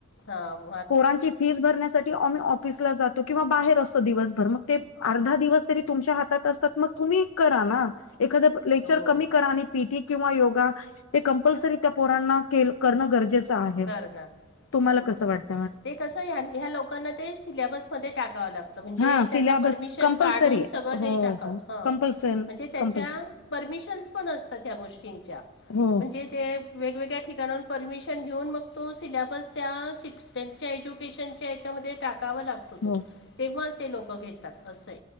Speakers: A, on the left; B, on the left.
A: हा!
B: पोरांची फीस भरण्यासाठी आम्ही ऑफिसला जातो. किंवा बाहेर असतो दिवसभर मग ते अर्धा दिवस तरी तुमच्या हातात असतात मग तुम्ही करा ना. एखादा लेक्चर
A: हो
B: कमी करा आणि पीटी किंवा योगा ते कंपल्सरी त्या पोरांना के करणं गरजेचं आहे.
A: करणार
B: तुम्हाला
A: बरोबर
B: कस
A: आहे
B: वाटत?
A: ना. ते कसं ह्या ह्या लोकांना ते सिलेबसमध्ये टाकावं लागतं म्हणजे
B: हा सिल्याबस
A: त्यांना परमिशन
B: कंपल्सरी
A: काढून
B: आहे.
A: सगळं
B: हो
A: ते टाकत
B: हो
A: हां
B: कंपल्सरी
A: म्हणजे त्याच्या
B: कंपल्सरी
A: परमिशन्स पण असतात ह्या गोष्टींच्या.
B: हो
A: म्हणजे ते वेगवेगळ्या ठिकाणांवरून परमिशन घेऊन मग तो सिल्याबस त्या शिक् त्यांच्या एज्युकेशनच्या याच्यामध्ये टाकावा लागतो.
B: हो
A: तेव्हा ते लोक घेतात असय